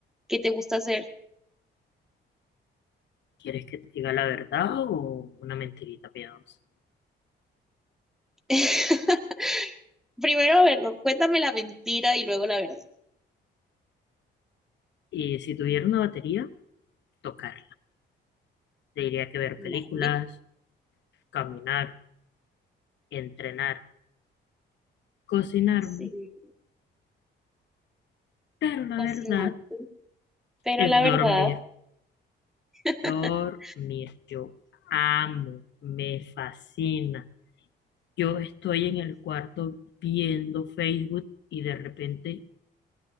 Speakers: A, in the centre; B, on the left (about 65°).
A: ¿qué te gusta hacer?
B: ¿quieres que te diga la verdad o una mentirita piadosa?
A: <laughs> Primero, a ver, no, cuéntame la mentira y luego la verdad.
B: Y si tuviera una batería, tocar. Te diría que ver
A: Vale,
B: películas, caminar, entrenar, cocinarme.
A: sí,
B: Pero la
A: cocinaste,
B: verdad
A: pero
B: es
A: la verdad,
B: dormir.
A: <laughs>
B: Dormir. Yo amo, me fascina. Yo estoy en el cuarto viendo Facebook y de repente